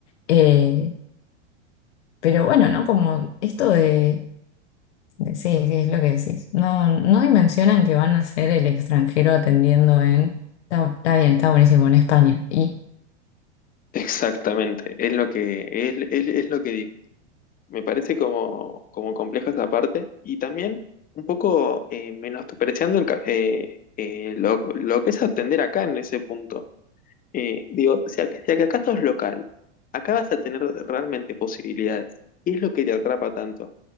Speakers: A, on the left; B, on the left.
A: Eh, pero bueno, ¿no? Como esto de, de- sí, sí, es lo que decís. No, no dimensionan que van a ser el extranjero atendiendo en, está, está bien, está buenísimo en España. Y
B: Exactamente, es lo que, es, es es lo que digo. Me parece como, como compleja esa parte y también un poco eh, menospreciando el ca- eh, eh, lo, lo que es atender acá en ese punto. Eh, digo, si, ac- si acá sos local, acá vas a tener realmente posibilidades. ¿Qué es lo que te atrapa tanto?